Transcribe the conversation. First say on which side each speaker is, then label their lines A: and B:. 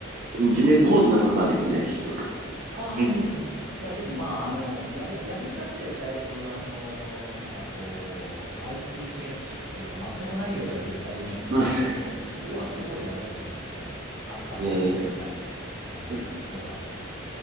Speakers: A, on the right (about 45°); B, on the right (about 85°).
A: 全然高度なことはできないです、
B: ん
A: 僕。
B: ああ、
A: うん
B: いえいえ。いや、でもまあ、あの、やれ、やれるだけでだいぶ、あの、なんかこう、IT 見識っていうか、全くないよりは絶対いいんで
A: まあ、
B: <laughs> そこはすごいなと思いますね。
A: そうですね。
B: あった方がいいっす、
A: えー
B: やっぱり。ああ、
A: え
B: ここは。